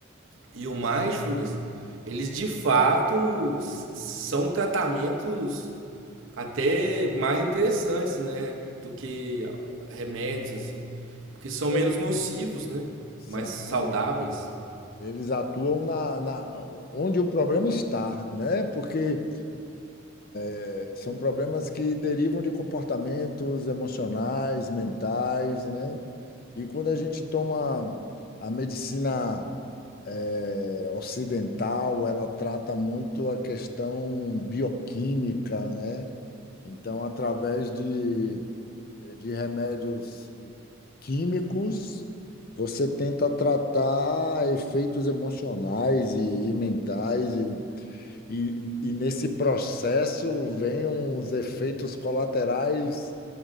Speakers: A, on the right; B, on the left.
A: e o mindfulness, eles de fato s- são tratamentos até mais interessantes, né? Do que ah, remédios, assim, porque são menos
B: é
A: nocivos, né?
B: São.
A: Mais saudáveis.
B: Eles atuam na, na- onde o problema está, né? Porque eh, são problemas que derivam de comportamentos emocionais, mentais, né? E quando a gente toma a medicina eh, ocidental, ela trata muito a questão bioquímica, né? Então, através de de remédios químicos, você tenta tratar efeitos emocionais e, e mentais, e, e, e nesse processo vem uns efeitos colaterais